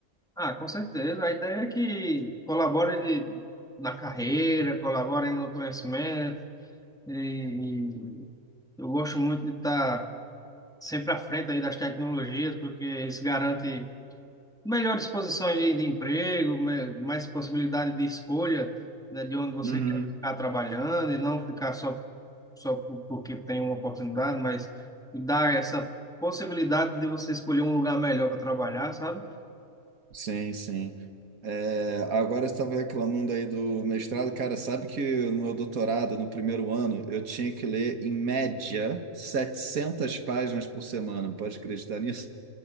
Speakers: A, in the centre; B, on the right.
A: Ah, com certeza. A ideia é que colabore de- na carreira, colabore no conhecimento. E, e eu gosto muito de estar sempre à frente aí das tecnologias, porque isso garante melhores posições de, de emprego, me- mais possibilidade de escolha, né, de onde você
B: Uhum.
A: quer ficar trabalhando e não ficar só, só por- porque tem uma oportunidade, mas dar essa possibilidade de você escolher um lugar melhor para trabalhar, sabe?
B: Sim, sim. É, agora eu estava reclamando aí do mestrado. Cara, sabe que no meu doutorado, no primeiro ano, eu tinha que ler, em média, 700 páginas por semana. Pode acreditar nisso?